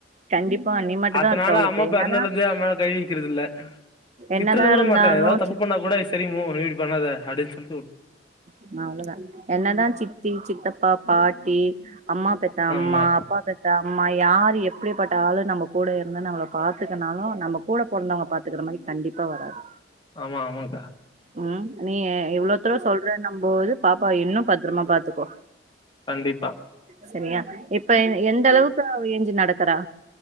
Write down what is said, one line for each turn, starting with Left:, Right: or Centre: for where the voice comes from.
Right: கண்டிப்பா நீ மட்டுந்தா
Left: அதனால
Right: இருக்க அவளுக்கு
Left: அம்மா அப்பா
Right: என்னதா
Left: இறந்துலுந்தே அம மேல கைவிக்கிறதுயில்ல திட்டறது
Right: என்னதா
Left: கூட
Right: இருந்தாலு
Left: மாட்டே ஏதாவது தப்பு பண்ணா கூட செரின் <unintelligible> பண்ணாத அப்டின் சொல்லிட்
Right: இன்னு அவ்ளோவுதா என்னதா சித்தி சித்தப்பா பாட் டி அம்மா பெத்த அம்மா
Left: ஆமா
Right: அப்பா பெத்த அப் நம்ம யாரு எப்டிபட்ட ‌ஆளு நம்ம கூட இருந்து நம்மள பாத்துக்கலனாலு நம்ம கூட பொறந்தவங்க பாத்துக்குற மாரி கண்டிப்பா வராது
Left: ஆமா ஆமாங்கா
Right: ம் நீ ஏ எப் ட்றே சொல்றேன் நம்ப ஒருப் பாப்பா இன்னும் பத்துரமா பாத்துக்கோ
Left: கண்டிப்பா
Right: செரியா இப் இப்ப எந் எந்தளவுக்கு அவ ஏஞ்சு நடக் க்குறா